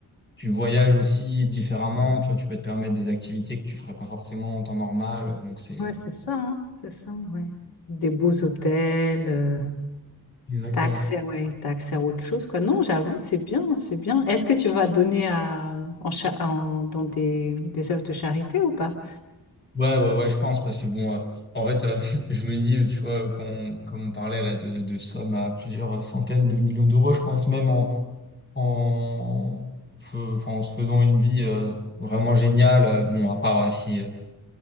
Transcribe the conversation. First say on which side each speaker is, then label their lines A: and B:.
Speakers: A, on the left (about 30°); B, on the left (about 75°).
A: tu voyages aussi différemment. Tu vois, tu peux te permettre des activités que tu ferais pas forcément en temps normal. Donc c'est
B: Ouais, c'est ça, hein, C'est ça, ouais. Des beaux hôtels, euh,
A: exactement.
B: t'as accès, ouais, t'as accès à autre chose, quoi. Non, j'avoue, c'est bien, c'est bien. Est-ce que tu vas donner à, en, cha- en- dans des, des œuvres de charité ou pas?
A: Ouais, ouais, ouais, je pense parce que bon, euh, en fait, euh, <laughs> je me dis, euh, tu vois, quand on, comme on parlait là de, de sommes à plusieurs centaines de millions d'euros, je pense même en, en, fe- enfin, en se faisant une vie euh, vraiment géniale. euh, Bon, à part euh, si euh,